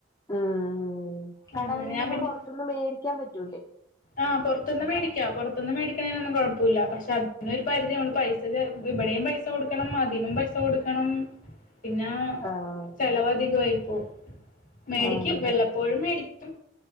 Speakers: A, on the left; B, on the left.
A: അഹ് കടകളിൽ
B: അങ്ങനെ ഞാൻ
A: നിന്നും
B: പിന്നെ
A: പുറത്തൊന്നും മേടിക്കാൻ പറ്റൂല്ലേ
B: ആഹ് പുറത്തുന്ന് മേടി ക്കാം പുറത്തൊന്നും മേടിക്കുന്നതിനൊന്നും കുഴപ്പല്ല പക്ഷെ അതിനൊരു പരിധി നമ്മള് പൈസ ചെല ഇവിടെയും പൈസ ഇവിടെയും പൈസ കൊടുക്കണം അതിനും പൈസ കൊടുക്കണം പിന്നെ
A: ആഹ്
B: ചിലവധികമായിപ്പോകും മേടിക്കും
A: ആഹ്
B: വെല്ലപ്പോഴും മേടിക്കും